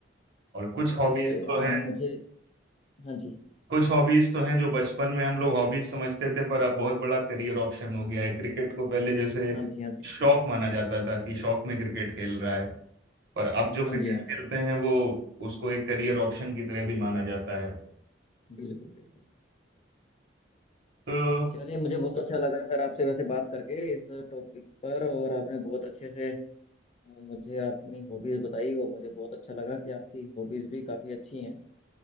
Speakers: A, on the right; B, on the left.
A: और कुछ
B: चलिए
A: हॉबीज तो
B: अ,
A: है
B: मुझे हाँ जी
A: कुछ हॉबीज तो हैं जो बचपन में हम लोग हॉबीज समझते थे पर अब बहुत बड़ा करियर ऑप्शन हो गया है क्रिकेट को पहले जैसे
B: हाँ जी हाँ जी
A: शौक माना जाता था कि शौक में क्रिकेट खेल रहा है पर अब जो
B: हाँ
A: क्रिकेट
B: जी हाँ जी
A: खेलते
B: हाँ जी
A: हैं वो उसको एक करियर ऑप्शन की तरह भी माना जाता है
B: बिल्कुल बिल्कुल
A: तो
B: चलिए मुझे बहुत अच्छा लगा सर आपसे वैसे बात करके इस टॉपिक पर और आपने बहुत अच्छे से अ, मुझे अपनी हॉबीज बताई और मुझे बहुत अच्छा लगा कि आपकी हॉबीज भी काफी अच्छी हैं